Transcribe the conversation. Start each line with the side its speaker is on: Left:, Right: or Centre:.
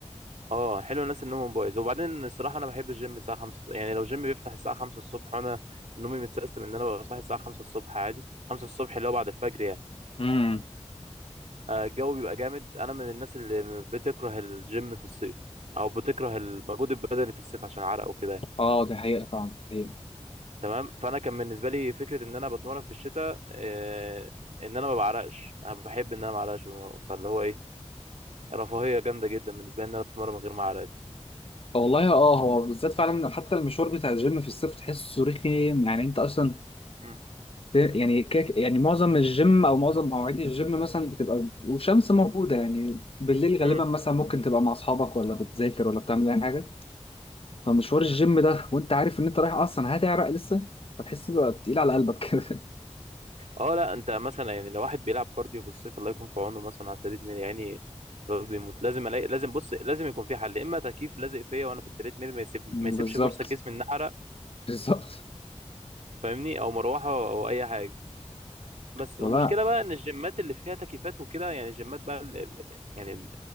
Right: اه حلو الناس اللي نومهم بايظ وبعدين الصراحه انا بحب الجيم الساعه 5 يعني لو جيم بيفتح الساعه 5 الصبح وانا نومي متسيستم ان انا ببقى صاحي الساعه 5 الصبح عادي 5 الصبح اللي هو بعد الفجر يعني
Left: امم
Right: آه، الجو بيبقى جامد انا من الناس اللي بتكره الجيم في الصيف او بتكره المجهود البدني في الصيف عشان عرق وكده يعني.
Left: اه دي حقيقه فاهمك دي حقيقه
Right: تمام فانا كان بالنسبه لي فكره ان انا بتمرن في الشتاء آه، ان انا ما بعرقش انا بحب ان انا ما اعرقش فاللي هو ايه رفاهيه جامده جدا بالنسبه لي ان انا اتمرن من غير ما اعرق
Left: والله اه هو بالذات فعلا حتى المشوار بتاع الجيم في الصيف تحسه رخيم يعني انت اصلا
Right: مم.
Left: ت- يعني كيك يعني معظم الجيم او معظم مواعيد الجيم مثلا بتبقى والشمس موجوده يعني بالليل غالبا
Right: مم.
Left: مثلا ممكن تبقى مع اصحابك ولا بتذاكر ولا بتعمل اي حاجه فمشوار الجيم ده وانت عارف ان انت رايح اصلا هتعرق لسه فتحس بقى تقيل على قلبك كده
Right: اه لا انت مثلا يعني لو واحد بيلعب كارديو في الصيف الله يكون في عونه مثلا على التريدميل يعني لو بيموت لازم الاقي لازم بص لازم يكون في حل يا اما تكييف لازق فيا وانا في التريدميل ما يسيب
Left: <laughs> بالظبط
Right: ما يسيبش فرصه جسمي ان احرق
Left: بالظبط
Right: فاهمني او مروحه او اي حاجه بس
Left: والله
Right: المشكله بقى ان الجيمات اللي فيها تكييفات وكده يعني الجيمات بقى ال- ال- يعني